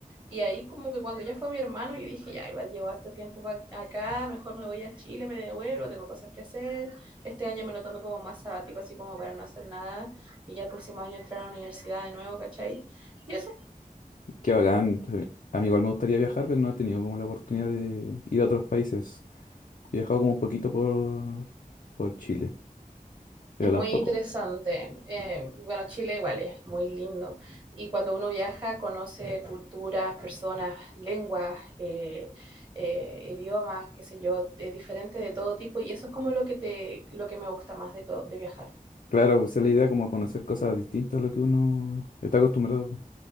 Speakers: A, on the right; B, on the left.
A: Y ahí como que cuando ya fue mi hermano, yo dije, ya, igual llevo harto tiempo pa- acá, mejor me voy a Chile, me devuelvo, tengo cosas que hacer. Este año me lo tomé como más sabático, así como para no hacer nada, y ya el próximo año entrar a la universidad de nuevo, ¿cachai? Y eso
B: Qué bacán. A mí igual me gustaría viajar, pero no he tenido como la oportunidad de ir a otros países. He viajado como un poquito por, por Chile, pero
A: es muy
B: tampoco.
A: interesante. Eh, bueno, Chile igual es muy lindo. Y cuando uno viaja, conoce culturas, personas, lenguas, eh, eh, idiomas, qué sé yo, de- diferentes de todo tipo, y eso es como lo que te, lo que me gusta más de todo, de viajar.
B: Claro, pues esa es la idea como conocer cosas distintas a lo que uno está acostumbrado. po.